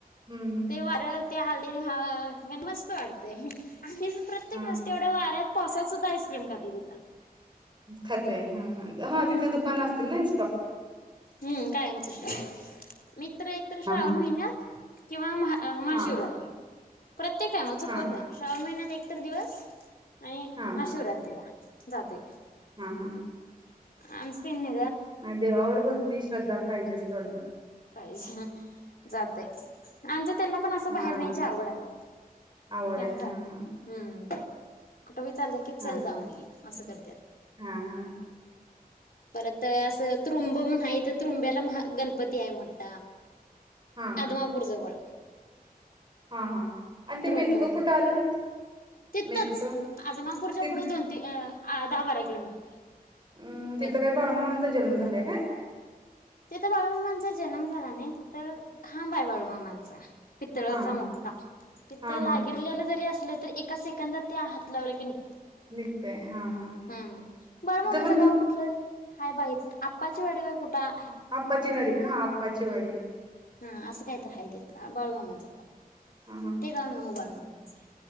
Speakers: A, on the right; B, on the left.
A: हम्म
B: ते वारं त्या हलदी ह मस्त वाढतय. आणि प्रत्येक
A: हा
B: गोष्टी एवढ्या वाऱ्यात पावसात सुद्धा आई क्रीम खाते तिथ.
A: खात हा हा हा तिथल दुकानं असतील नाही.
B: हम्म कायमची मीत एकतर श्रावण
A: हा
B: महिन्यात किंवा महा अ महाशिवरात्रीत
A: हा
B: प्रत्यक फॅमल चुकत
A: हा
B: नाही श्रवण महिन्यात एक तर दिवस आणि
A: हा
B: महाशिवरात्रीला जातोय.
A: हा, हा.
B: आमचं तेनी
A: मग देवावर भक्ती श्रद्धा पाहिजे थोडं.
B: पाहि जाते आमच्या त्यांना पण असं
A: हा
B: बाहेर न्यायची आवड हाय,
A: आवड
B: त्यांना
A: आहे हा
B: जाते
A: हा
B: हम्म. विचारलं की चल
A: हा
B: जाऊन येऊया असं करतात.
A: हा हा
B: परत असं त्रुंब म्हणून आहे त्रुंब्याला महा गणप तीय मोठा
A: हा
B: अदमापूर जवळ.
A: हा हा आणि ते
B: त्रुंब
A: मेथकं
B: म्हणून
A: कुठं आलं
B: तिततच
A: मेथकं
B: आदमापूरच्या
A: ति
B: पुढं दोन तीन अ आ दहा बारा किलोमीटर
A: अम तिथं
B: मेतक
A: काय बाळूमामांचा जन्म झालाय काय?
B: तिथ बाळूमामांचा जन्म झाला नाही तिथं खांब हाय बाळूमामांचा. पितळाचा
A: हा
B: मोठा तिथं
A: हा
B: लागिरलेला
A: हा
B: जरी अस तर एका सेकंदात ते हात लावल की नि
A: निघतय हा हा
B: हम्म बाळूमामाचं
A: तिथं पण
B: गाव कुठलं? हाय बाई आप्पाची वाडी काय कुठं आ
A: आप्पाची गाडी हा आप्पाचीवाडी.
B: हा असं काय तर हा देत बाळूमामांच गाव
A: हा हा
B: ते गाव नव्हं बाळूमामांच